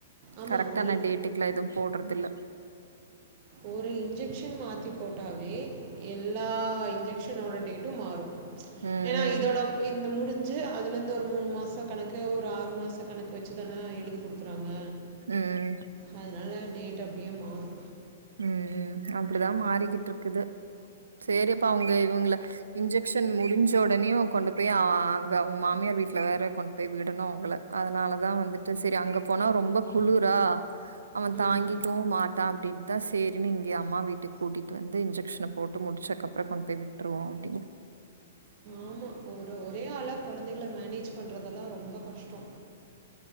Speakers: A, on the right; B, on the right.
A: ஆமாம்
B: கரக்டான
A: ஒரு
B: டேட்டுக்குல எதும் போட்றதில்ல
A: ஓரு இன்ஜெக்ஷன் மாத்திப் போட்டாவே எல்லா இன்ஜெக்ஷனோட டேட்டு மாறு
B: ம்
A: ஏன்னா இதோடம் இந்த முடிஞ்சு அதுலந்து ஒரு மூணு மாச கணக்கு ஒரு ஆறு மாச கணக்கு வச்சிதான எழுதி குடுக்குறாங்க
B: ம்
A: அதுனால டேட் அப்டியே மாறு
B: ம்ம் அப்படிதா மாறிக்கிட்ருக்குது சேரேப்பா அவங்க இவ்ங்கள இன்ஜெக்ஷன் முடிஞ்ச உடனேுவ் கொண்டு போய் அஆ அங்க அவ் மாமியார் வீட்ல வேற கொண் போய் விடணு அவ்ங்கள அதனாலதா வந்துட்டு சரி அங்க போனா ரொம்ப குளுரா அவன்
A: ம்
B: தாங்கிக்கவு மாட்டா அப்டின் த்தா சேரின்னு இங்யே அம்மா வீட்டுக் கூட்டிட்டு வந்து இன்ஜெக்ஷன போட்டு முடிச்சக்கப்ற கொண்போய் விட்ருவோ அப்டின்னு
A: ஆமா ஒரு ஒரே ஆளா குழந்தைகள மேனேஜ் பண்றதெல்லா ரொம்ப கஷ்டோ